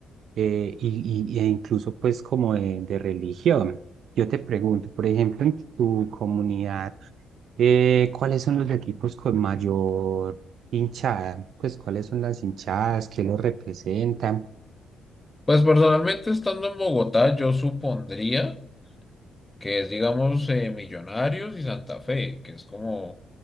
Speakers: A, on the right; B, on the left.
A: eh, y, y- e incluso pues como de, de religión. Yo te pregunto, por ejemplo, en tu comunidad, eh, ¿cuáles son los equipos con mayor hinchada? Pues, ¿cuáles son las hinchadas que los representan?
B: Pues personalmente estando en Bogotá, yo supondría que es, digamos, eh, Millonarios y Santa Fe, que es como